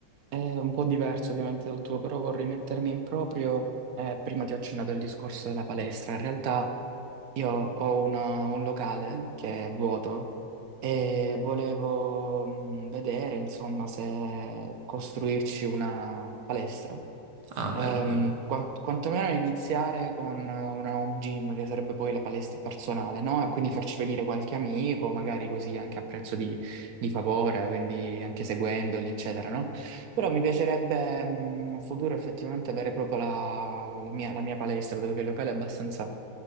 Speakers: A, on the right; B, on the right.
A: è un po' diverso ovviamente dal tuo, però vorrei mettermi in proprio. Eh, prima ti ho accennato il discorso della palestra. In realtà Io ho una- un locale che è vuoto e volevo mh, vedere, insomma, se costruirci una palestra.
B: Ah, bello,
A: Ehm,
B: bello.
A: quan- quantomeno iniziare con eh, una home gym, che sarebbe poi la palestra personale, no? E quindi farci venire qualche amico, magari così anche a prezzo di, di favore, quindi anche seguendoli, eccetera, no? Però mi piacerebbe mh, in futuro effettivamente avere proprio la, la mia, la mia palestra, dove che il locale è abbastanza